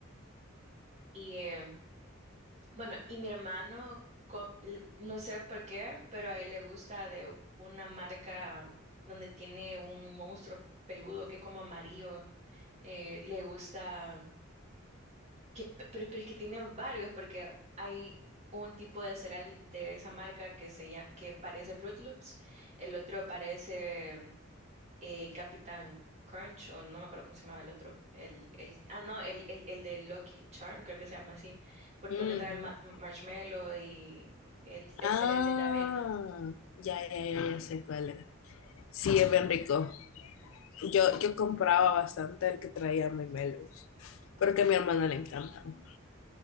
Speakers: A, on the right; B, on the left.
A: Y eh, bueno, y mi hermano, co- l- no sé por qué, pero a él le gusta de una marca donde tiene un monstruo peludo que es como amarillo. eh, le gusta, que, pe- pero, pero es que tienen varios porque hay un tipo de cereal de esa marca que, se llama, que parece Fruit Loops, el otro parece... eh, Capitán Crunch, o no me acuerdo cómo se llamaba el otro, el, el, ah, no, el, el, el de Lucky Charm, creo que se llama así, por-
B: Ujú.
A: porque trae ma- marshmallow y el, el
B: Ah,
A: cereal es de avena.
B: ya, ya, ya, ya sé cuál es. Sí, es bien rico. Yo, yo compraba bastante el que traía memelos, porque a mi hermana le encantan.